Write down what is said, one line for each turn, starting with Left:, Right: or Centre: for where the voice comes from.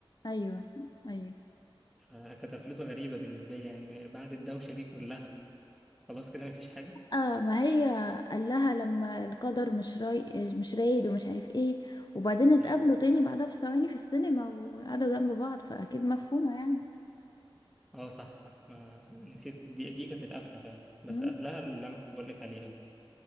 Left: ايوه ايوه
Centre: فكانت قفلته غريبة بالنسبة لي يعني بعد الدوشة دي كلها خلاص كده مفيش حاجة
Left: اه ما هي قال لها لما القدر مش راي مش رايد ومش عارف ايه وبعدين اتقابلوا
Centre: مم.
Left: تاني بعدها بثواني في السينما وقعدوا جنب بعض فاكيد مفهومة يعني
Centre: اه صح صح ما نسيت دي دي كانت القفلة فعلا بس
Left: مم.
Centre: قبلها اللي أنا كنت بقول لك عليها دي